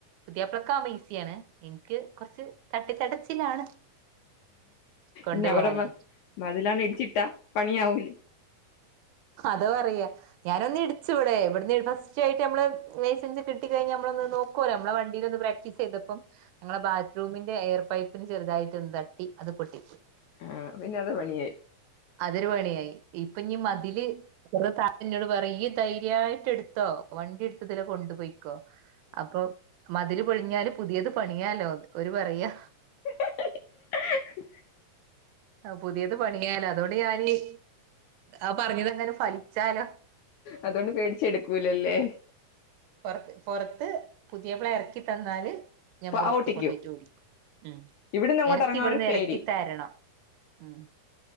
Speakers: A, on the right (about 85°); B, on the left (about 75°).
A: പുതിയ്യാപ്ലക്ക് ആത് ഈസിയാണ് ഇൻക്ക് കുറച്ച് തട്ടിത്തടച്ചിലാണ് കൊണ്ടുപോവാനായിട്ട്
B: ഇനി അവര്ടെ മതിലണ് ഇടിച്ചിട്ടാ പണിയാവൂലെ
A: അത് പറയാ ഞാന് ഒന്ന് ഇടിച്ചു ഇവിടെ ഇവിട്ന്ന് ഫസ് റ്റായിട്ട് നമ്മള് ലൈസൻസ് കിട്ടി കഴിഞ്ഞാ നമ്മളൊന്ന് നോക്കോല്ലോ നമ്മളെ വണ്ടിൽ ഒന്ന് പ്രാക്ടീസ് ചെയ്തപ്പം ഞങ്ങളെ ബാത്റൂമിന്റെ എയർ പൈപ്പിന് ചെറുതായിട്ട് ഒന്ന് തട്ടി അത് പൊട്ടി പോയി
B: ആഹ് പിന്നെ അത് പണിയായി
A: അതൊരു പണിയായി ഇപ്പൊ ഇഞ്ഞി മതില് അപ്പുറത്തെ താത്തന്നോട് പറയും ഇയ്യ് ധൈര്യയിട്ട് എടുത്തോ വണ്ടി എടുത്ത് ഇതിലെ കൊണ്ടുപോയി ക്കോ അപ്പൊ മതില് പൊളിഞ്ഞാല് പുതിയത് പണിയാലോ ഓര് പറയാ
B: <inaudible>
A: ആഹ് പുതിയത് പണിയാനാ അതോണ്ട് ഞാന് ആഹ് പറഞ്ഞത് അങ്ങട് ഫലിച്ചാലോ
B: അതോണ്ട് പേടിച്ചെടുക്കൂലല്ലേ
A: പൊറത്ത് പൊറത്ത് പുതിയപ്പള എറക്കി തന്നാല് ഞാൻ
B: ഇപ്പൊ
A: പൊറത്ത്
B: ഓട്ടിക്കും
A: കൊണ്ടോയിട്ട് ഓടിക്കും ഉം
B: ഇവിടുന്ന് അങ്ങോട്ട്
A: എറക്കി
B: എറങ്ങാൻ
A: ഇവിടുന്ന്
B: ഒരു പേടി
A: എറക്കി തരണം ഉം